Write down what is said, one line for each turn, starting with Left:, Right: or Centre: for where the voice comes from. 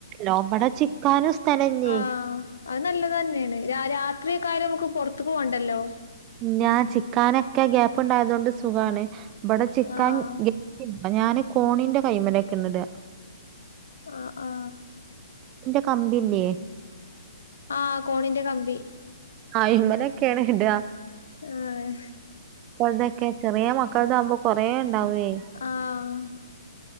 Right: ലോബടെ ചിക്കാനും. സ്ഥലല്ലേ
Left: ആ അത് നല്ലത് തനെയാണ് രാത്രിയെക്കാലം നമുക്ക് പൊറത്ക്ക് പോണ്ടല്ലോ.
Right: ഞാൻ ചിക്കാനൊക്കെ ഗ്യാപ്പ് ണ്ടായതൊണ്ട് സുഖാണ് ഇവടെ ചിക്കാൻ.
Left: ആഹ്
Right: ഞാന് കോണിന്റെ കൈ്മനക്കെ ഇന്ന്ട.
Left: ആ ആ
Right: എന്റെ കമ്പില്ലേ.
Left: ആ കോണിന്റെ കമ്പി.
Right: ആ അയ്മലൊക്കെയാണ് ഇിടാ.
Left: ആഹ്.
Right: മക്കളുടെക്കെ ചെറിയ മക്കളുടെ ആകുമ്പോ കൊറേണ്ടാവേ.
Left: ആഹ്